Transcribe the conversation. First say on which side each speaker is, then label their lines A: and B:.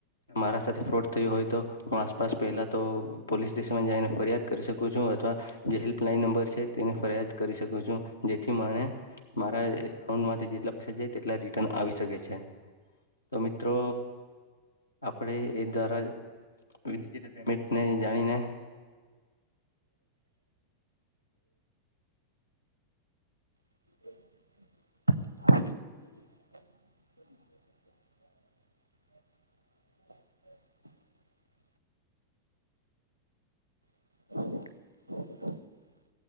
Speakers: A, on the left; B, on the right.
A: મારા સાથે ફ્રોડ થયું હોય તો હું આસપાસ પહેલા તો પોલીસ સ્ટેશનમાં જઈને ફરિયાદ કરી શકું છું, અથવા જે હેલ્પલાઈન નંબર છે, તેની ફરિયાદ કરી શકું છું જેથી મને મારા એકાઉન્ટમાંથી જેટલા પૈસા જાય તેટલા રિટર્ન આવી શકે છે, તો મિત તો આપણે એ દ્વારાટલ પેમેન્ટને જાણીને
B: <inaudible> હ, હ, હ, હ